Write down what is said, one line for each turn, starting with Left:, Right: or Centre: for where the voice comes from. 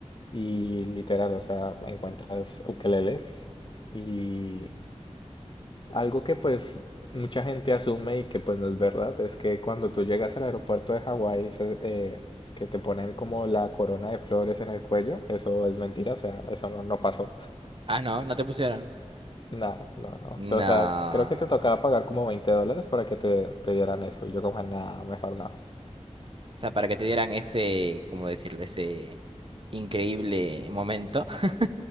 Left: y literal, o sea, encuentras ukeleles y Algo que pues mucha gente asume y que pues no es verdad es que cuando tú llegas al aeropuerto de Hawái se- eh, que te ponen como la corona de flores en el cuello, eso es mentira, o sea, eso no, no pasó.
Right: Ah, no, no te pusieron.
Left: No, no, no. O
Right: No.
Left: sea, creo que te tocaba pagar como 20 dólares para que te, te dieran eso. Y yo como, nada, mejor no.
Right: O sea, para que te dieran ese, ¿cómo decirlo? Ese increíble momento. <laughs>